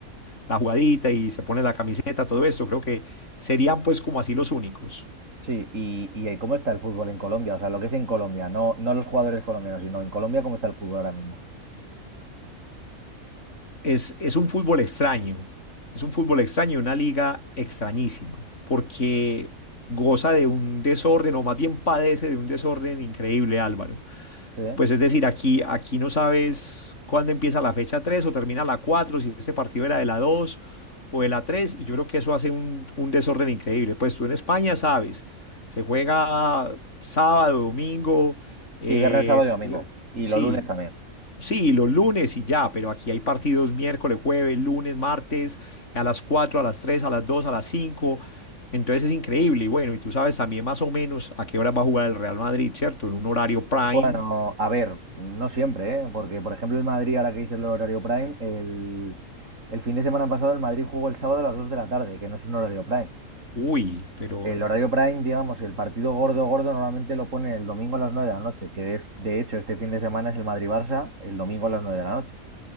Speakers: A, on the left (about 55°); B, on the right (about 60°).
A: la jugadita y se pone la camiseta, todo esto. Creo que serían pues como así los únicos.
B: Sí, y, y ¿cómo está el fútbol en Colombia? O sea, lo que es en Colombia, no, no los jugadores colombianos, sino en Colombia, ¿cómo está el fútbol ahora mismo?
A: Es, es un fútbol extraño, es un fútbol extraño, una liga extrañísima, porque goza de un desorden, o más bien padece de un desorden increíble, Álvaro.
B: Sí,
A: Pues es decir, aquí, aquí no sabes cuándo empieza la fecha 3 o termina la cuatro si este partido era de la 2 o de la tres y yo creo que eso hace un, un desorden increíble. Pues tú en España sabes, se juega sábado, domingo, eh,
B: sí, viernes, sábado y domingo. Y
A: sí,
B: los lunes también.
A: Sí, los lunes y ya, pero aquí hay partidos miércoles, jueves, lunes, martes, a las 4, a las 3, a las 2, a las 5. Entonces es increíble. Y bueno, y tú sabes también más o menos a qué hora va a jugar el Real Madrid, ¿cierto? En un horario prime.
B: Bueno, a ver, no siempre, ¿eh? Porque, por ejemplo, el Madrid, ahora que dices el horario prime, el, el fin de semana pasado el Madrid jugó el sábado a las 2 de la tarde, que no es un horario prime.
A: Uy, pero...
B: El horario prime, digamos, el partido gordo, gordo, normalmente lo pone el domingo a las 9 de la noche, que es, de hecho, este fin de semana es el Madrid-Barça, el domingo a las 9 de la noche.